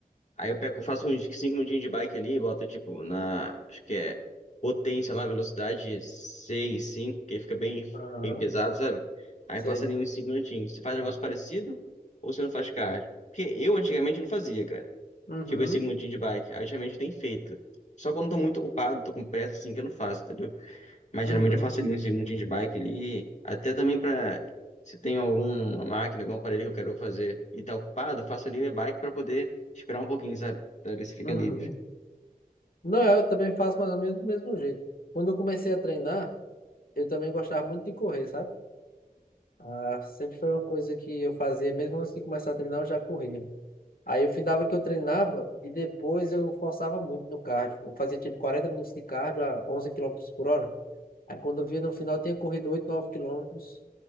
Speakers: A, on the left (about 50°); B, on the left (about 70°).
A: Aí eu pego, faço uns 5 minutinhos de bike ali e boto, tipo, na, acho que é potência lá, velocidade 6 5, que fica bem,
B: Aham,
A: bem pesado, sabe? Aí
B: sei.
A: eu faço ali uns 5 minutinhos. Você faz um negócio parecido ou você não faz cardio? Porque eu antigamente não fazia, cara.
B: Uhum,
A: Tipo, esses 5 minutinhos de bike. Aí ultimamente tem feito. Só quando eu tô muito ocupado, tô com pressa, assim, que eu não faço, entendeu? Mas
B: uhum,
A: geralmente eu faço ali uns segundinhos de bike ali. Até também pra. Se tem alguma máquina, algum aparelho que eu quero fazer e tá ocupado, eu faço ali minha bike pra poder esperar um pouquinho, sabe? Pra ver se fica
B: uhum.
A: livre.
B: Não, eu também faço mais ou menos do mesmo jeito. Quando eu comecei a treinar, eu também gostava muito de correr, sabe? Ah, sempre foi uma coisa que eu fazia, mesmo antes de começar a treinar, eu já corria. Aí eu findava que eu treinava e depois eu forçava muito no cardio. Eu fazia tipo 40 minutos de cardio a 11 quilômetros por hora. Aí quando eu via no final, eu tinha corrido 8 9 quilômetros